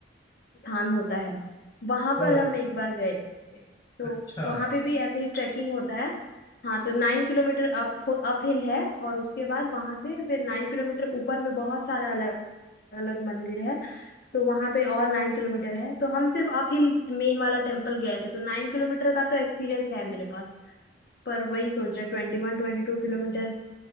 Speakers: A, on the left; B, on the left.
A: स्थान होता है वहां
B: है।
A: पर
B: ओह
A: हम एक बार गए थे तो
B: अच्छा
A: वहां पे भी ऐसे ही ट्रैकिंग होता है हाँ तो नाइन किलोमीटर अप अप हिल है और उसके बाद वहां से फिर नाइन किलोमीटर ऊपर में बहुत सारा अलग अलग मंदिर है तो वहां पे और नाइन किलोमीटर है तो हम सिर्फ अप हिल मेन वाला टेम्पल गए थे तो नाइन किलोमीटर का तो एक्सपीरियंस है मेरे पास पर वही सोच रहा ट्वेंटी वन ट्वेंटी टू किलोमीटर